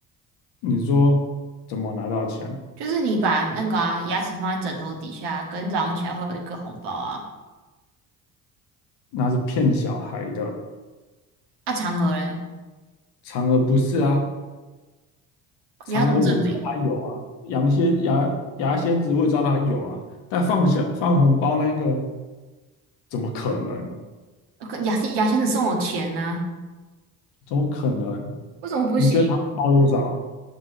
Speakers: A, on the left (about 75°); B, on the right (about 70°).
A: 你说怎么拿到钱？
B: 就是你把那个啊牙齿放在枕头底下，隔天早上起来会有一个红包啊。
A: 那是骗小孩的，
B: 啊，嫦娥嘞，
A: 嫦娥不是啊，
B: 你要怎么证明？
A: 嫦娥我知道它有啊，羊蝎牙牙仙子我也知道它有啊，但放下放红包那个怎么可能？
B: 呃可牙牙仙子送我钱呐、
A: 怎么可能？
B: 为什么不行？
A: 你觉得他会包多少？